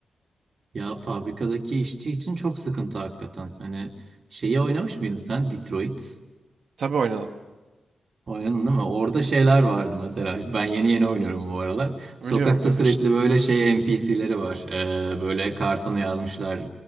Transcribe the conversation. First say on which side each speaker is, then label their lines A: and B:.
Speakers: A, on the right; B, on the right.
A: Ya fabrikadaki işçi için çok sıkıntı hakikaten. Hani şeyi oynamış mıydın sen? Detroit.
B: Tabii oynadım.
A: Oynadın değil mi? Orada şeyler vardı mesela. Ben yeni yeni oynuyorum bu aralar.
B: Biliyorum
A: Sokakta
B: biliyorum
A: sürekli
B: işte.
A: böyle şey NPC'leri var. Ee, böyle kartona yazmışlar.